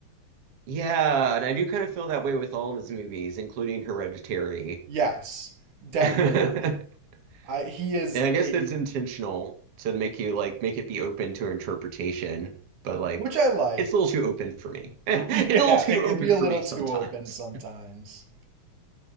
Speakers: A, on the right; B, on the right.
A: Yeah, and I do kind of feel that way with all of his movies, including Hereditary.
B: Yes, definitely.
A: <laughs>
B: I he is
A: And I guess
B: a
A: that's intentional to make you like make it be open to interpretation, but like
B: which I like.
A: it's a little too open for me. <laughs>
B: <laughs>
A: It's
B: Yeah,
A: a little too
B: it could
A: open
B: be a
A: for
B: little
A: me
B: too
A: sometimes.
B: open sometimes.